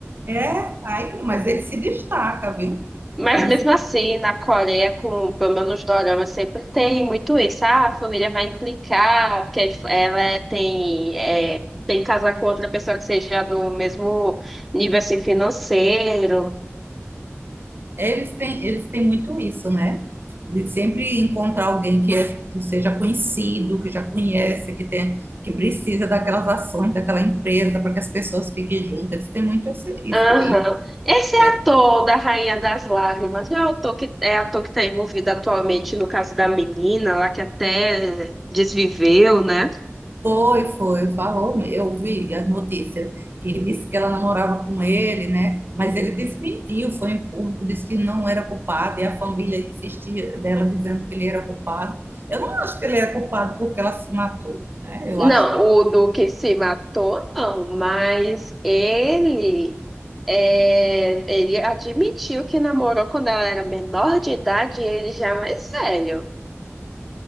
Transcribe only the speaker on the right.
É, aí, mas ele se destaca, viu?
Ele
se
Eles têm, eles têm muito isso, né? De sempre encontrar alguém que, é, que seja conhecido, que já conhece, que tem, que precisa daquelas ações daquela empresa para que as pessoas fiquem juntas. Eles têm muito esse- isso
aí,
né?
Foi, foi, falou. Eu vi as notícias que ele disse que ela namorava com ele, né? Mas ele desmentiu, foi em público, disse que não era culpado e a família insistia dela dizendo que ele era culpado. Eu não acho que ele era culpado porque ela se matou, né? Eu
acho que